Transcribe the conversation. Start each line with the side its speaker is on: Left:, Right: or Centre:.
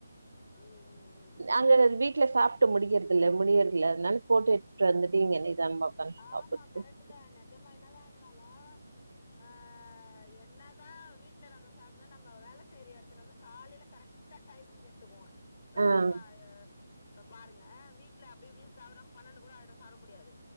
Left: ம் ம் ம்
Right: அங்கரது வீட்ல சாப்ட்டு முடிகிறதில்ல முடியறதில்ல அத்னால போட்டு எட்த்துட்டு வந்துட்டு இங்க நிதான்மா ஒக்கான் சாப்புட்டு
Left: ஆமா கரெக்ட் தா நெஜமா என்னதா இருந்தாலு ஆ என்னதா வீட்ல நம்ம சாப்னால் நம்ம வேலச் சேரி எடத்துல வந்து காலைல கரெக்டா டைமிங் எடுத்துகுவோ நல்லாப்
Right: ஆ
Left: பா எ இப்ப பாருங்க வீட்ல அப்டி இப்டி தவறாம பன்னெண்டு கூட ஆய்டு சாப்ட முடியாது